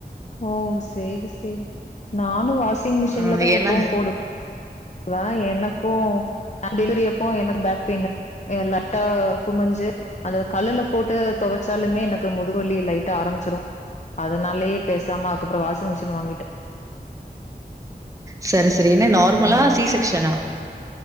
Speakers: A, on the left; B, on the right.
A: ஓ சேரி சேரி நானு வாஷிங் மிஷின்ல
B: ஆ
A: தா
B: ஏன்னா
A: எப்பவு போடு ஹ எனக்கு ஹ டெலிவரி அப்போ எனக்கு பேக் பெயின் லட்டா குமிஞ்சு அந்த கல்லுல போட்டு துவைச்சாலுமே எனக்கு முதுகு வலி லைட்ட ஆரம்பிச்சிடு அதனாலேயே பேசாம அதுக்கப்புற வாஷிங் மிஷின் வாங்கிட்ட
B: சரஸ் அது என்ன நார்மலா
A: ம்
B: சி செக்க்ஷனா